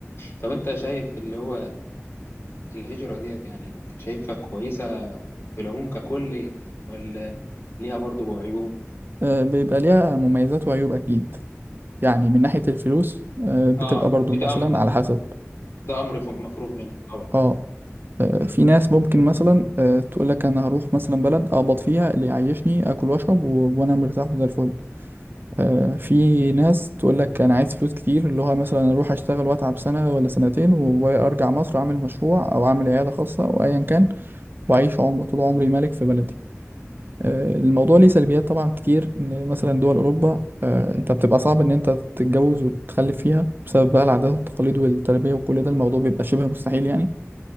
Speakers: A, on the left; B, on the right.
A: طب انت شايف اللي هو الهجره ديت يعني انت شايفها كويسه في العموم ككل ولا ليها برضه عيوب
B: آه، بيبقى ليها مميزات وعيوب أكيد يعني من ناحية الفلوس آه، بتبقى
A: اه
B: برضو مثلا
A: ده امر
B: على حسب
A: ده امر ف- مفروغ منه طبعا
B: اه آه، في ناس ممكن مثلا آه، تقول لك انا هروح مثلا بلد اقبض فيها اللي يعيشني اكل واشرب و... وانا مرتاح وزي الفل آه، في ناس تقول لك انا عايز فلوس كتير اللي هو مثلا اروح اشتغل واتعب سنه ولا سنتين و- وارجع مصر اعمل مشروع او اعمل عياده خاصه او ايا كان واعيش عمر طول عمري ملك في بلدي آه، الموضوع ليه سلبيات طبعا كتير ان مثلا دول اوروبا آه، انت بتبقى صعب ان انت تتجوز وتخلف فيها بسبب بقى العادات والتقاليد والتربيه وكل ده الموضوع بيبقى شبه مستحيل يعني